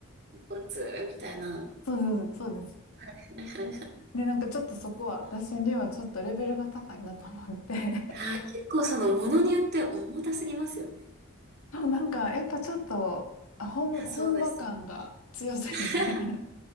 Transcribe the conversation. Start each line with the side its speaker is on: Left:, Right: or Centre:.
Right: 豚骨みたいな。は
Left: そうそうそうそうです。
Right: いはいはいはい。
Left: で、なんかちょっとそこは、私にはちょっとレベルが高いなと思って
Right: あー、結構そのものによって重たすぎますよね。
Left: あなんか、やっぱちょっと、あ、本、
Right: いや、
Left: <laughs> 本場感が強すぎて
Right: そうですよ。<laughs>
Left: <laughs>